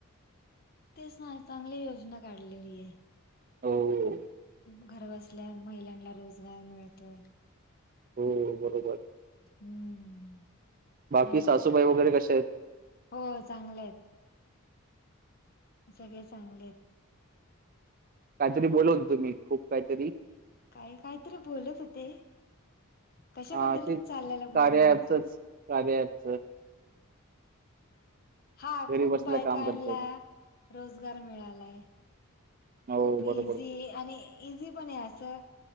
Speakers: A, on the left; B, on the right.
A: ते चांगली योजना काढलेली आहे.
B: हो
A: घर बसल्या महिलांना रोजगार मिळतोय.
B: हो बरोबर.
A: हम्म.
B: बाकी
A: आणि
B: सासूबाई
A: खूप
B: वगैरे कसे आहेत.
A: हो चांगल आहेत. सगळे चांगले आहेत.
B: काय तरी बोलत होत तुम्ही खूप कायतरी
A: काय काय तरी बोलत होते कशाबद्दल
B: अ, ते
A: चालल्याल
B: कार्या
A: बोलण माझं.
B: ॲपचंच कार्या ॲपच.
A: हा
B: घरी
A: खूप
B: बसल्या
A: बायकांला
B: काम करतो ना.
A: रोजगार मिळालाय
B: हो
A: खूप
B: बरोबर.
A: इझी आणि इझी पण आहे असं